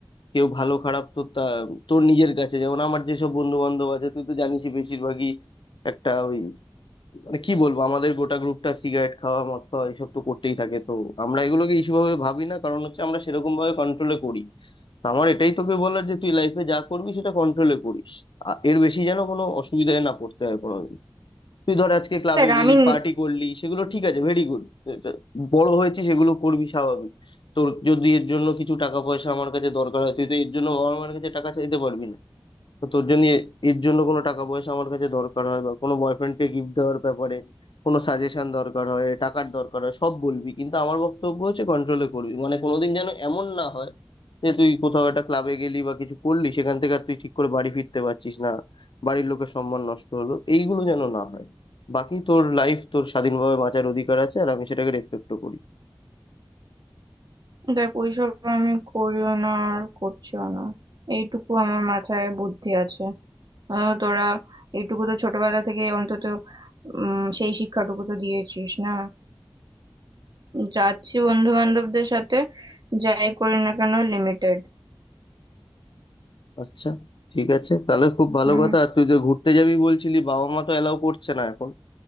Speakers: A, on the left; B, on the right.
A: কেউ ভালো খারাপ তো তা তোর নিজের কাছে যেমন আমার যেসব বন্ধু বান্ধব আছে তুই তো জানিসই বেশিরভাগই একটা ওই মানে কি বলবো আমাদের গোটা গ্রুপটা সিগারেট খাওয়া মদ খাওয়া এসব তো করতেই থাকে তো আমরা এগুলোকে ইস্যু ভাবে ভাবি না কারণ হচ্ছে আমরা সেরকম ভাবে কন্ট্রোলে করি তো আমার এটাই তোকে বলার যে তুই লাইফে যা করবি সেটা কন্ট্রোলে করিস আ- এর বেশি যেন কোনো অসুবিধায় না পড়তে হয় কোনো তুই ধর আজকে ক্লাবে
B: দেখ
A: গেলি
B: আমি ন-
A: পার্টি করলি সেগুলো ঠিক আছে ভেরি গুড বড় হয়েছিস সেগুলো করবি স্বাভাবিক তোর যদি এর জন্য কিছু টাকা পয়সা আমার কাছে দরকার হয় তুই তো এর জন্য বাবা মার কাছে টাকা চাইতে পারবি না তো তোর জন্য এ- এর জন্য কোনো টাকা পয়সা আমার কাছে দরকার হয় বা কোনো বয়ফ্রেন্ডকে গিফট দেওয়ার ব্যাপারে কোনো সাজেশন দরকার হয় টাকার দরকার হয় সব বলবি কিন্তু আমার বক্তব্য হচ্ছে কন্ট্রোলে করবি মানে কোনোদিন যেন এমন না হয় যে তুই কোথাও একটা ক্লাবে গেলি বা কিছু করলি সেখান থেকে আর তুই ঠিক করে বাড়ি ফিরতে পারছিস না বাড়ির লোকের সম্মান নষ্ট হলো এইগুলো যেন না হয় বাকি তোর লাইফ তোর স্বাধীনভাবে বাঁচার অধিকার আছে আর আমি সেটাকে রেসপেক্টও করি
B: দেখ ওইসব আমি করিও না আর করছিও না এইটুকু আমার মাথায় বুদ্ধি আছে আহ, তোরা এইটুকু তো ছোটবেলা থেকে অন্তত উম সেই শিক্ষাটুকু তো দিয়েছিস না যাচ্ছি বন্ধু বান্ধবদের সাথে যাই করি না কেন লিমিটেড
A: আচ্ছা ঠিক আছে তাহলে খুব ভালো
B: হুম
A: কথা আর তুই যে ঘুরতে যাবি বলছিলি বাবা মা তো এলাও করছে না এখন